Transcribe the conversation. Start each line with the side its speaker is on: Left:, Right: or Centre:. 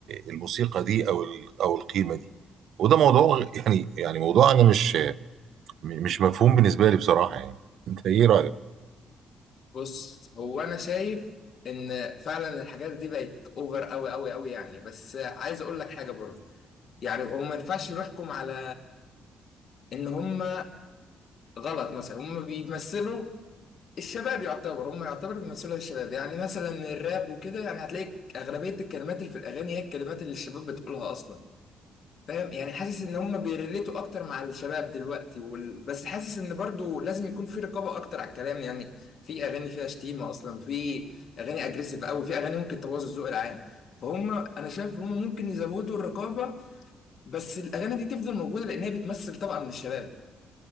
Right: الموسيقى دي او ال- او القيمه دي وده موضوع يعني يعني موضوع انا مش مش مفهوم بالنسبه لي بصراحه يعني انت ايه رايك؟
Left: بص هو انا شايف ان فعلا الحاجات دي بقت اوفر قوي قوي قوي يعني بس عايز اقول لك حاجة برضه يعني هو ما ينفعش نحكم على ان هم غلط مثلا هم بيمثلوا الشباب يعتبر هم يعتبر بيمثلوا الشباب يعني مثلا الراب وكده يعني هتلاقي أغلبية الكلمات اللي في الأغاني هي الكلمات اللي الشباب بتقولها أصلا فاهم يعني حاسس إن هم بيريليتوا أكتر مع الشباب دلوقتي وال... بس حاسس إن برضو لازم يكون في رقابة أكتر على الكلام يعني في أغاني فيها شتيمة أصلا في أغاني أجريسيف أوي في أغاني ممكن تبوظ الذوق العام فهم أنا شايف هم ممكن يزودوا الرقابة بس الأغاني دي تفضل موجودة لأن هي بتمثل طبقة من الشباب